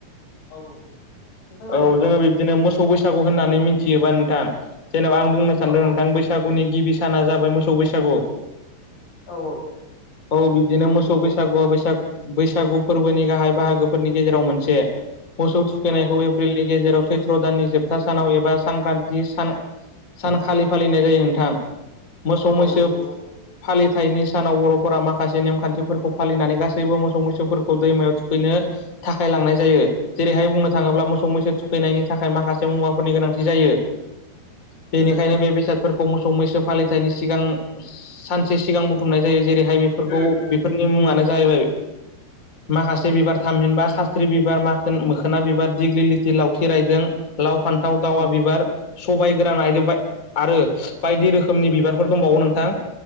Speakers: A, on the left; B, on the left.
A: <inaudible>
B: औ
A: होबावलाय
B: जोंङो बिब्दिनो मोसौ बैसागु होननानै मिथियोबा नोंथां जेनेबा आं बुंनो सानदों
A: औ
B: नोंथां बैसागुनि गिबि साना जाबाय मोसौ बैसागु
A: औ औ
B: औ बिब्दिनो
A: नंगौ
B: मोसौ बैसागुया
A: औ
B: बैसाग बैसागु फोरबोनि गाहाय बाहागोफोरनि गेजेराव मोनसे मोसौ थुखैनायखौ
A: औ
B: एप्रिलनि गेजेरावसो सत्र' दाननि जोबथा सानाव एबा सांख्रान्थि सानखालि फालिनाय जायो नोंथां मोसौ
A: औ
B: मैसो
A: नंगौ
B: फालि थाइनि सानाव बर'फोरा माखासे नेमखान्थिफोरखौ फालिनानै गासैबो मोसौ मैसोफोरखौ दैमायाव थुखैनो थाखाय लांनाय जायो। बेहाय बुंनो थांङोब्ला
A: औ
B: मोसौ मैसो थुखैनायनि थाखाय माखासे मुवाफोरनि गोनांथि जायो। बेनिखायनो
A: उम
B: बे बेसाद फोरखौ मोसौ मैसो फालिथायनि सिगां सानसे सिगां बुथुमनाय जायो जेरै बेफोरखौ
A: उम उम
B: बेफोरनि मुंङानो जाहैबाय माखासे बिबार थामहिनबा खाथ्रि बिबार मा मोखोना बिबार दिग्लि लिथि लावथि रायदों लाव फान्थाव दावा
A: औ
B: बिबार सबाय गोरा नायजोबबाय आरो बायदि रोखोमनि बिबारफोर दंबावो नोंथां